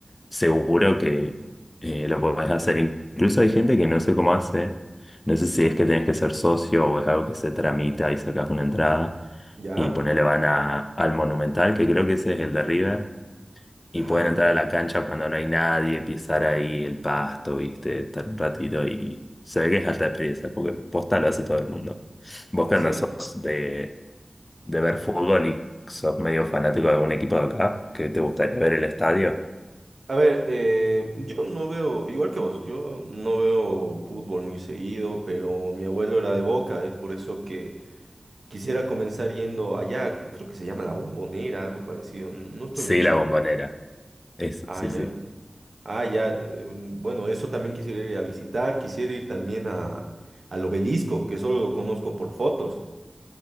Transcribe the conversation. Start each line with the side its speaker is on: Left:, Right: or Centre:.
Left: seguro que eh, lo podés hacer. Incluso hay gente que no sé cómo hace. No sé si es que tenés que ser socio o es algo que se tramita y sacás una entrada.
Right: ¿ya?
Left: Y ponele van a, al Monumental, que creo que ese es el de River. Y
Right: Ah,
Left: pueden
Right: ya,
Left: entrar a la cancha cuando no hay nadie, pisar ahí el pasto, viste, estar un ratito y se ve que es alta experiencia, porque posta lo hace todo el mundo. Vos
Right: así.
Left: que andás sos de, de ver fútbol y sos medio fanático de algún equipo de acá, que te gustaría ver el estadio.
Right: A ver, eh, yo no veo, igual que vos, yo no veo fútbol muy seguido, pero mi abuelo era de Boca, es por eso que quisiera comenzar yendo allá, creo que se llama La Bombonera, algo parecido, no estoy
Left: Sí,
Right: muy seguro.
Left: la bombonera. Es,
Right: Ah,
Left: sí,
Right: ya.
Left: sí.
Right: Ah, ya. eh, Bueno, eso también quisiera ir a visitar, quisiera ir también a, al obelisco, que solo lo conozco por fotos.